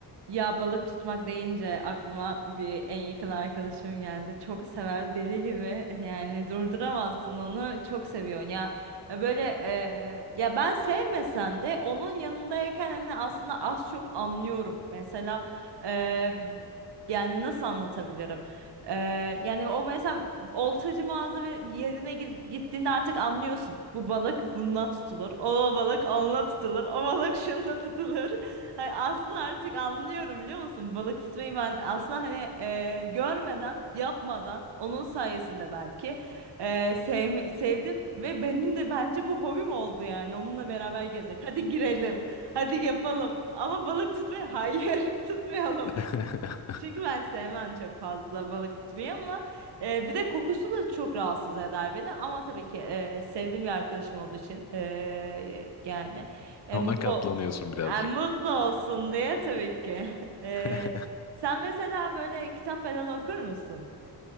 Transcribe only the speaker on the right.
Ya balık tutmak deyince aklıma bir en yakın arkadaşım geldi. Çok sever deli gibi yani durduramazsın onu çok seviyor ya böyle e, ya ben sevmesem de onun yanındayken hani aslında az çok anlıyorum. Mesela e, yani nasıl anlatabilirim? E, yani o mesela oltacı mağaza ve yerine gi- gittiğinde artık anlıyorsun. Bu balık bununla tutulur. O balık onunla tutulur. O balık şununla tutulur. Hay aslında artık anlıyorum biliyor musun? Balık tutmayı ben aslında hani e, görmeden, yapmadan, onun sayesinde belki e, sevme- sevdim ve benim de bence bu hobim oldu yani onunla beraber gezmek. Hadi girelim, hadi yapalım. Ama balık tutmayı hayır <laughs> tutmayalım.
Çünkü ben sevmem çok fazla balık tutmayı ama e, bir de kokusu da çok rahatsız eder beni. Ama tabii ki e, sevdiğim bir arkadaşım olduğu için e, yani e,
mutlu
e, mutlu olsun diye tabii ki. <laughs>
E, sen mesela böyle kitap falan okur musun?